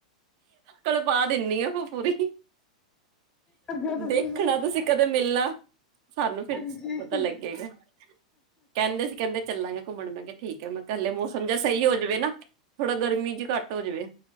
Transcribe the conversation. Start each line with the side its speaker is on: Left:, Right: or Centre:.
Right: ਕਲਪਾ ਦਿੰਨੀ ਆ ਪੂਰੀ
Left: ਕਰ ਦਿਓ ਤੁਸੀਂ
Right: ਦੇਖਣਾ
Left: ਵੀ
Right: ਤੁਸੀਂ ਕਦੇ ਮਿਲਣਾ ਸਾਨੂੰ ਫਿਰ
Left: ਹਾਂਜੀ
Right: ਪਤਾ ਲੱਗੇਗਾ ਕਹਿੰਦੇ ਸੀ ਕਹਿੰਦੇ ਚੱਲਾਂਗੇ ਘੁੰਮਣ ਮੈਂ ਕੇ ਠੀਕ ਹੈ ਮੈਂ ਕੇ ਹਲੇ ਮੌਸਮ ਜਾ ਸਹੀ ਹੋ ਜਾਵੇ ਨਾ ਥੋੜਾ ਗਰਮੀ ਚ ਘੱਟ ਹੋ ਜਾਵੇ